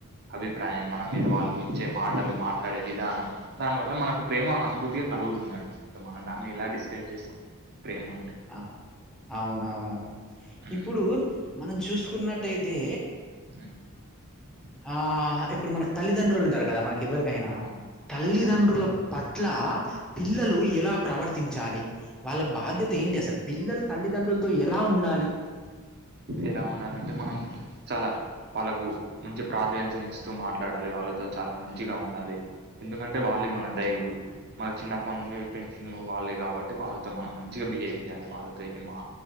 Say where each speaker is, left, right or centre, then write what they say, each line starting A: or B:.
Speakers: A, on the right; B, in the centre.
A: అభిప్రాయం మన మీద వాళ్ళు ఇచ్చే మాటలు మాట్లాడే విధానం దానివల్ల మనకు ప్రేమ అనుభూతిగా కలుగుతుందండి మనం దాన్ని ఎలా డిస్క్రైబ్ చేస్తాం ప్రేమ అంటే.
B: ఆ అవున అవును అవును
A: హ్మ్.
B: ఇప్పుడు మనం చూసుకున్నట్టయితే
A: ఉ
B: ఆ ఇప్పుడు మనకి తల్లిదండ్రులు ఉంటారు కదా మనకి ఎవరికైనా
A: అవును.
B: తల్లిదండ్రుల
A: తల్లిదండ్రులుంటారు.
B: పట్ల పిల్లలు
A: హ్మ్.
B: ఎలా ప్రవర్తించాలి వాళ్ళ బాధ్యత ఏంటి అసలు పిల్లలు తల్లిదండ్రులతో ఎలా ఉండాలి
A: ఎలా ఉండాలంటే మనం చాలా వాళ్ళకు మంచి ప్రాధాన్యతను ఇస్తూ మాట్లాడాలి వాళ్ళతో చాలా మంచిగా ఉండాలి ఎందుకంటే
B: అవును
A: వాళ్ళే మన దైవులు మన చిన్నప్పటి నుండి పెంచింది వాళ్ళే కాబట్టి వాళ్ళతో మనం మంచిగా బిహేవ్ చేయాలి వాళ్ళతో ఎం మా